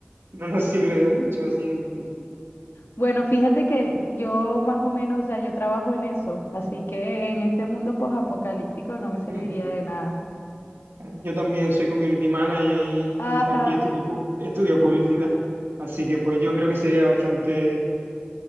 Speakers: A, on the right; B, on the left.
A: no nos sirve de mucho siempre.
B: Bueno, fíjate que yo más o menos, o sea, yo trabajo en eso, así que en este mundo posapocalíptico no me serviría
A: <laughs>
B: de nada.
A: Yo también soy community manager y,
B: <laughs> Ajá,
A: tam- y estudio, pu- estudio publicidad, así que pues yo creo que sería bastante,